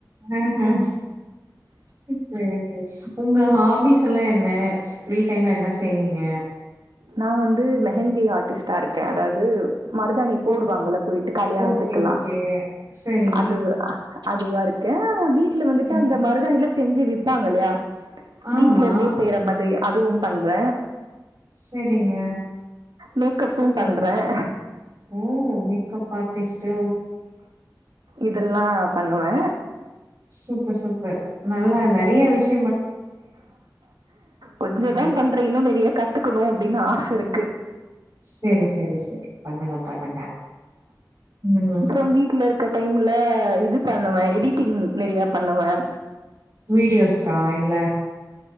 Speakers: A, on the right; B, on the right.
A: ஆ அ சேரி சேரி உங்க ஹாபிஸ் எல்லா என்ன ஃப்ரீ டைம்ல என்ன செய்வீங்க
B: நான் வந்து மெஹந்தி ஆர்ட்டிஸ்ட்டா இருக்கே அதாது மருதாணி போடுவாங்கல்ல
A: ஓ
B: போயிட்டு கல்யாணத்துக்கெல்லா
A: ஓகே ஓகே சரி
B: அது அதுவா இருக்க வீட் ட்டில வந்துட்டு
A: ம்
B: அந்த மருதாணில செஞ்சி விப்பாங்க இல்லையா
A: ஆமா
B: வீட்ல இருந்தே செய்யற மாதிரியா அதுவு பண்றே
A: சேரிங்க
B: மேக்கப்பும்
A: சூப்பருங்க
B: பண்றேன்.
A: ஓ மிக்க ப டெஸ்ட்டு
B: இதெல்லா பண்ணுவே
A: சூப்பர் சூப்பர் நல்லா நெறைய விஷ்
B: கொஞ்சதா
A: ம்.
B: பண்றீங்னே இன்னு நெறைய கத் த்துக்கணு அப்பிடின்னு ஆச இருக்கு
A: சேரி சேரி சேரி பண்ணுங்க பண்ணுங்க ம்
B: அப்புறோ வீட்டுல இருக்க டைம் ம்ல இது பண்ணுவே எடிட்டிங் நெறைய பண்ணுவே
A: வீடியோஸ்கா இல்ல